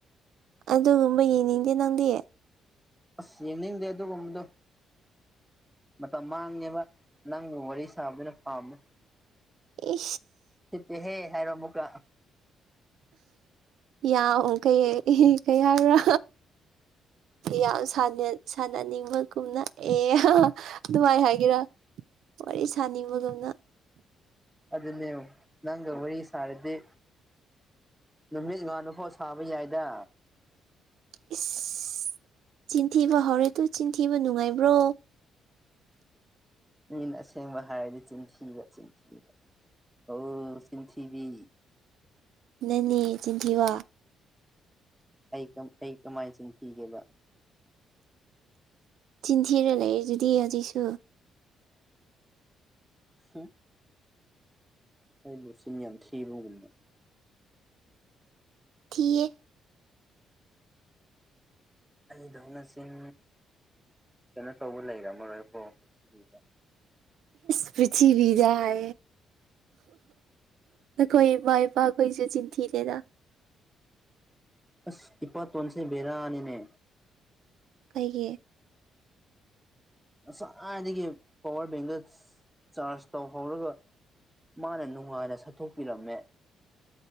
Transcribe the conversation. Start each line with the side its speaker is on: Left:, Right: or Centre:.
Right: ꯑꯗꯨꯒꯨꯝꯕ ꯌꯦꯡꯅꯤꯡꯗꯦ ꯅꯪꯗꯤ
Centre: ꯑꯁ ꯌꯦꯡꯅꯤꯡ ꯗꯦꯗꯒꯨꯝꯗꯣ ꯃꯇꯝ ꯃꯥꯡꯉꯦꯕ ꯅꯪꯕꯨ ꯋꯥꯔꯤ ꯁꯥꯕꯗꯨꯅ ꯄꯥꯝꯃꯦ
Right: ꯏ
Centre: ꯁꯤꯠꯇꯦꯍꯦ ꯍꯥꯏꯔꯣ ꯑꯃꯨꯛꯀ
Right: ꯌꯥ ꯀꯩ ꯀꯩ ꯍꯥꯏꯔ ꯌꯥꯝ ꯁꯥꯟꯅꯅꯤꯡꯕ ꯀꯨꯝꯅ ꯑꯦ ꯅꯨꯡꯉꯥꯏ ꯍꯥꯏꯒꯦꯔꯥ ꯋꯥꯔꯤ ꯁꯥꯅꯤꯡꯕꯗꯧꯅ
Centre: ꯑꯗꯨꯗꯅꯦꯦ ꯅꯪ ꯍꯔꯤ ꯁꯥꯔꯗꯤꯦ ꯅꯨꯃꯤꯠ ꯉꯥꯅꯨꯐꯥꯎ ꯁꯥꯕ ꯌꯥꯏꯗ
Right: ꯏꯁ ꯆꯤꯟꯊꯤꯕ ꯍꯧꯔꯦ ꯇꯨ ꯆꯤꯟꯊꯤꯕ ꯅꯨꯡꯉꯥꯏꯕ꯭ꯔꯣ
Centre: ꯃꯤꯅ ꯑꯁꯦꯡꯕ ꯍꯥꯏꯔꯗꯤ ꯆꯤꯟꯊꯤꯕ ꯆꯤꯟꯊꯤꯕ ꯍ ꯁꯤꯟꯁꯤꯤꯕꯤ
Right: ꯅꯅꯦ ꯆꯤꯟꯊꯤꯕ
Centre: ꯑꯩ ꯀ ꯑꯩ ꯀꯃꯥꯏꯁꯅꯤ ꯊꯦꯕꯕꯥ
Right: ꯇꯤꯟꯊꯔ ꯂꯩ ꯑꯗꯨꯗꯤ ꯑꯇꯩꯩꯁꯨ
Centre: ꯁ ꯑꯩꯥꯏꯕꯣ ꯁꯤꯅꯤꯌꯥꯅ ꯊ꯭ꯔꯤꯕꯒꯨꯝꯅ
Right: ꯊꯤꯌꯦ
Centre: ꯑꯩꯗ ꯍꯧꯅꯆꯤꯟ ꯀꯩꯅꯣ ꯇꯧꯕ ꯂꯩꯔꯝꯃꯔꯣꯏꯀꯣ ꯁꯤꯒꯤꯗ
Right: ꯄꯕꯤ ꯌꯥꯑ ꯀꯣꯏ ꯄꯏ ꯄ ꯍꯣꯏꯁꯨ ꯆꯤꯟꯊꯤꯂꯗ
Centre: ꯑꯁ ꯏꯄꯥꯇ ꯑꯣꯟꯁꯤꯦ ꯦꯔꯥꯅꯤꯅꯦ
Right: ꯑꯩꯒꯤ
Centre: ꯉꯁꯋꯥꯏꯗꯒꯤ ꯄꯋꯥꯔ ꯕꯦꯡꯗ ꯆꯥꯔꯖ ꯇꯧꯍꯧꯔꯒ ꯃꯥꯅ ꯅꯨꯡꯉꯥꯏꯅ ꯁꯠꯠꯇꯣꯛꯄꯤꯔꯝꯃꯦ